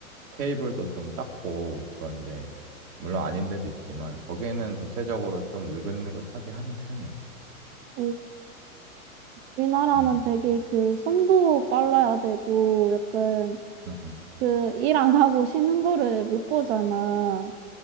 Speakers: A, on the right; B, on the right.
A: 테이블도 좀 닦고 그런데 물론 아닌 데도 있지만 거기는 대체적으로 좀 느긋느긋하게 하는 편이었어.
B: 어, 우리나라는
A: 음,
B: 되게 그 손도 빨라야 되고 약간
A: 음, 음.
B: 그 일 안 하고 쉬는 거를 못 보잖아.